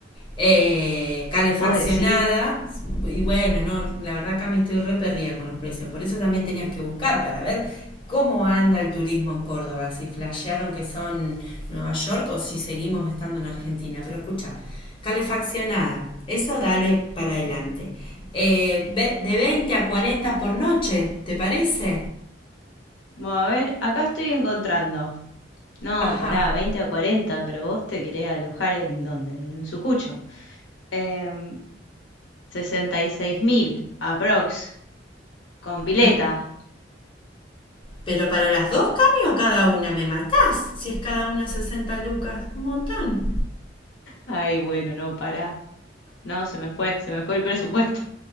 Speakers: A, on the left; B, on the left.
A: Eh, calefaccionada
B: vos decís,
A: y bueno, no, la verdad acá me estoy re perdida con los precios, por eso también tenías que buscar para ver ¿Cómo anda el turismo en Córdoba? Si flashearon que son Nueva York o si seguimos estando en Argentina. Pero escucha, calefaccionada, eso dale para adelante. Eh, de 20 a 40 por noche, ¿te parece?
B: bueno, a ver, acá estoy encontrando. No,
A: Ajá.
B: pará, 20 a 40, pero vos te querés alojar en dónde, en un sucucho. Em, 66.000, aprox, con pileta.
A: Pero, pero para las dos Cami o cada una, me matás. Si es cada una 60 lucas, un montón.
B: Ay, bueno, no, pará. No, se me fue, se me fue el presupuesto.